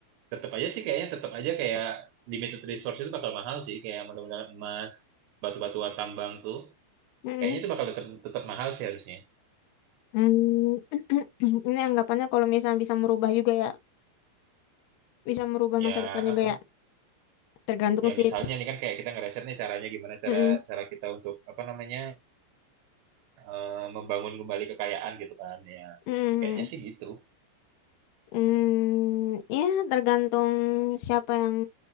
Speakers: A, on the right; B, on the left.
A: Tetap aja sih kayaknya tetap aja kayak limited resource itu bakal mahal sih kayak mudah-mudahan emas, batu-batuan tambang tuh.
B: Mm-mm.
A: Kayaknya itu bakal tetap tetap mahal sih harusnya.
B: Mm, <clears throat> ini anggapannya kalau misalnya bisa merubah juga ya bisa merubah
A: Ya,
B: masa depan
A: eh,
B: juga
A: eh.
B: ya tergantung
A: ya
B: sih
A: misalnya
B: eh,
A: nih kan kayak kita ngereset nih caranya gimana cara
B: mm-mm,
A: cara kita untuk apa namanya eh, membangun kembali kekayaan gitu kan ya
B: mm-mm.
A: kayaknya sih gitu
B: Mm, ya tergantung siapa yang